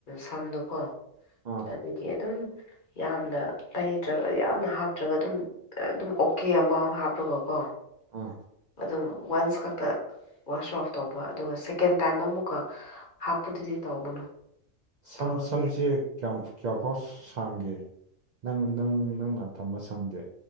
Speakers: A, on the left; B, on the right.
A: ꯁꯝꯗꯣꯀꯣ
B: ꯑꯣ
A: ꯑꯗꯨꯒꯤ ꯑꯗꯨꯝ ꯌꯥꯝꯅ ꯇꯩꯗ꯭ꯔꯒ ꯌꯥꯝꯅ ꯍꯥꯞꯇ꯭ꯔꯒ ꯑꯗꯨꯝ ꯑꯗꯨꯝ ꯑꯣꯀꯦ ꯑꯦꯃꯥꯎꯟ ꯍꯥꯞꯔꯒ ꯀꯣ
B: ꯑꯥ
A: ꯑꯗꯨꯝ ꯋꯥꯟꯁ ꯈꯛꯇ ꯋꯥꯁ ꯑꯣꯐ ꯇꯧꯕ ꯑꯗꯨꯒ ꯁꯦꯀꯦꯟ ꯇꯥꯏꯝ ꯑꯃꯨꯛꯀ ꯍꯥꯞꯄꯨꯗꯨꯗꯤ ꯇꯧꯒꯅꯨ
B: ꯁꯝ
A: ꯇꯧꯔꯗꯤ
B: ꯁꯝꯁꯦ ꯀꯌꯥꯐꯥꯎ ꯁꯥꯡꯒꯦ ꯅꯪ ꯅꯪ ꯅꯪꯅ ꯊꯝꯕ ꯁꯝꯗꯤ